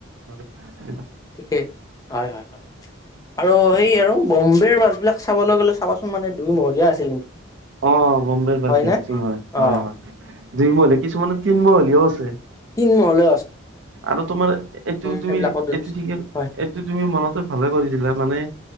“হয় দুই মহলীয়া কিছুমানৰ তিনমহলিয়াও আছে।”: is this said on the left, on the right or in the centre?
Right